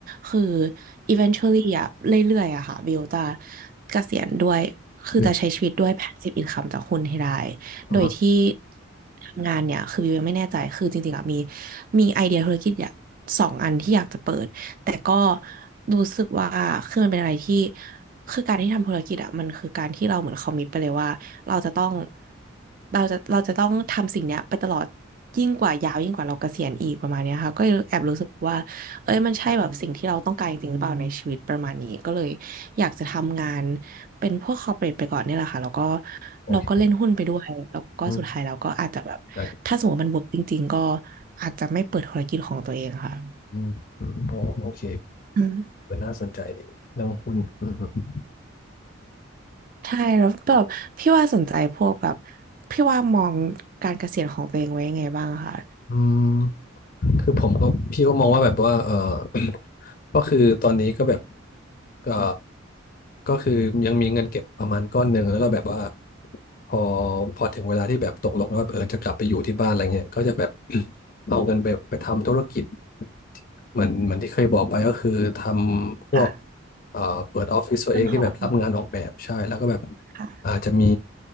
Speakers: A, on the right; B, on the left.
A: คือ eventually อะเรื่อยๆอะค่ะวิวจะเกษียณด้วยคือจะใช้ชีวิตด้วย
B: อืม
A: passive income จากหุ้นให้ได้
B: อ่า
A: โดยที่ทำงานเนี่ยคือวิวยังไม่แน่ใจคือจริงๆอะมีมีไอเดียธุรกิจอยากสองอันที่อยากจะเปิด แต่ก็รู้สึกว่าคือมันเป็นอะไรที่คือการที่ทำธุรกิจอะมันคือการที่เราเหมือนคอมมิตไปเลยว่าเราจะต้องเราจะเราจะต้องทำสิ่งเนี้ยไปตลอดยิ่งกว่ายาวยิ่งกว่าเราเกษียณอีกประมาณเนี้ยค่ะก็เลยแอบรู้สึกว่าเอ้ยมันใช่แบบสิ่งที่เราต้องการจริงหรือเปล่าในชีวิตประมาณนี้ก็เลยอยากจะทำงานเป็นพวกคอร์เปรทไปก่อนเนี่ยแหละค่ะแล้วก็
B: โอเค
A: เราก็เล่นหุ้นไปด้วยแล้วก็สุดท้ายเราก็อาจจะแบบถ้าสมมติว่ามันเวิร์กจริงๆก็
B: อืมใช่
A: อาจจะไม่เปิดธุรกิจของตัวเองค่ะ
B: อืมอืมโอโอเค
A: อืม
B: เป็นน่าสนใจดีเรื่องหุ้นอืมอืม
A: ใช่แล้วแบบพี่ว่าสนใจพวกแบบพี่ว่ามองการเกษียณของตัวเองไว้ยังไงบ้างคะ
B: อืม คือผมก็พี่ก็มองว่าแบบว่าเออ <coughs> <clears throat> ก็คือตอนนี้ก็แบบเออก็คือยังมีเงินเก็บประมาณก้อนหนึ่งแล้วก็แบบว่าพอพอถึงเวลาที่แบบตกลงว่าเออจะกลับไปอยู่ที่บ้านอะไรเงี้ยก็จะแบบ <coughs> <clears throat> เอาเงินไปไปทำธุรกิจเหมือนเหมือนที่เคยบอกไปก็คือทำพวก
A: ค่ะ
B: เอ่อเปิดออฟฟิศตัวเองที่แบบรับงานออกแบบใช่แล้วก็แบบ
A: ต้นหอมค่ะ
B: อาจจะมี